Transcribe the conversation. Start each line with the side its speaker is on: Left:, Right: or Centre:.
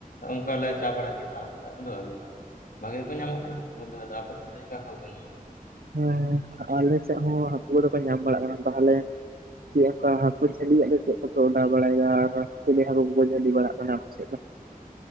Left: ᱚᱝᱠᱟ ᱞᱮ ᱪᱟ ᱵᱟᱲᱟᱜ ᱜᱮᱭᱟ ᱛᱟᱦᱚᱞᱮ ᱠᱷᱟᱡ ᱫᱚ ᱟᱫᱚᱼᱼ ᱵᱷᱟᱜᱮ ᱜᱮᱠᱚ ᱧᱟᱢᱚᱜ ᱠᱟᱱᱟ ᱟᱫᱚ ᱟᱯᱮ ᱥᱮᱫ ᱫᱚ ᱪᱮᱠᱟ ᱠᱚ ᱧᱟᱢᱚᱜ?
Right: ᱦᱮᱸ ᱟᱞᱮ ᱥᱮᱫ ᱦᱚᱸ ᱦᱟᱹᱠᱩ ᱠᱚᱫᱚ ᱠᱚ ᱧᱟᱢ ᱵᱟᱲᱟᱜ ᱠᱟᱱᱟ ᱛᱟᱦᱚᱞᱮᱼᱼ ᱪᱮᱫ ᱚᱱᱠᱟ ᱦᱟᱹᱠᱩ ᱡᱷᱟᱹᱞᱤᱭᱟᱜ ᱫᱚ ᱪᱮᱫ ᱠᱚᱯᱮ ᱚᱰᱟᱣ ᱵᱟᱲᱟᱭᱮᱫᱟ ᱟᱨ ᱪᱤᱞᱤ ᱦᱟᱹᱠᱩ ᱠᱚᱠᱚ ᱡᱷᱟᱹᱞᱤ ᱵᱟᱲᱟᱜ ᱠᱟᱱᱟ ᱟᱯᱮ ᱥᱮᱫ ᱫᱚ᱾